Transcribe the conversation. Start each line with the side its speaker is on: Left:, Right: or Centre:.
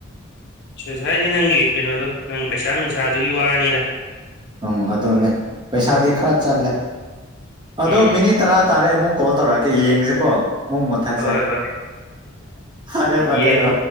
Left: ꯁꯁꯥꯏꯗꯤ ꯅꯪꯒꯤ ꯀꯩꯅꯣꯗꯣ ꯅꯪ ꯄꯩꯁꯥ ꯅꯨꯡꯁꯥꯗꯨꯒꯤ ꯋꯥꯅꯤꯗ
Right: ꯎꯝ ꯑꯗꯨꯅꯦ ꯄꯩꯁꯥꯗꯤ ꯈꯔ ꯆꯜꯂꯦ ꯑꯗꯨꯣ
Left: ꯎꯝ
Right: ꯃꯤꯅꯤꯠ ꯇꯔꯥ ꯇꯥꯔꯦ ꯑꯃꯨꯛ ꯀꯣꯜ ꯇꯧꯔꯛꯑꯀꯦ ꯌꯦꯡꯁꯦꯀꯣ ꯃꯣꯏ ꯃꯣꯊꯥꯏ
Left: ꯍꯣꯏ
Right: ꯆꯦ
Left: ꯍꯣꯏ
Right: ꯑꯔꯦ ꯐꯔꯦ
Left: ꯌꯦꯡꯉꯣ